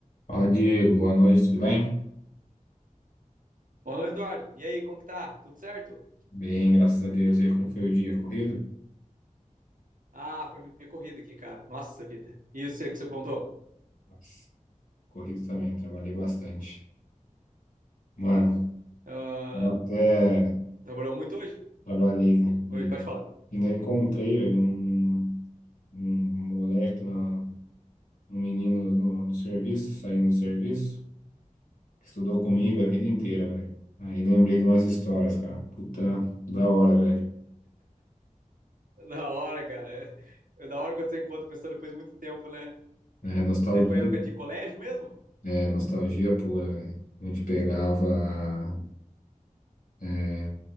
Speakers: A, on the left; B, on the right.
A: Fala, Diego. Boa noite, tudo bem?
B: Olá, Eduardo. E aí, como que tá? Tudo certo?
A: Bem, graças a Deus. E aí, como foi o dia? Corrido?
B: Ah, foi meio corrida aqui, cara. Nossa vida. E eu sei o seu que você apontou?
A: Nossa, Corrido também, trabalhei bastante. Mano,
B: Ah,
A: eu até
B: trabalhou muito hoje?
A: trabalhei,
B: Ah, de-
A: cara. E
B: Oi, pode falar.
A: ainda encontrei, velho, um, um moleque, na, um menino no, no serviço, saindo do serviço, que estudou comigo a vida inteira, velho. Aí lembrei de umas histórias, cara. Puta, da hora, velho.
B: Da hora, cara. É, Da hora quando você encontra a pessoa depois de muito tempo, né?
A: É, nostalgia.
B: Você foi época de colégio mesmo?
A: É, nostalgia pura, velho. A gente pegava. é,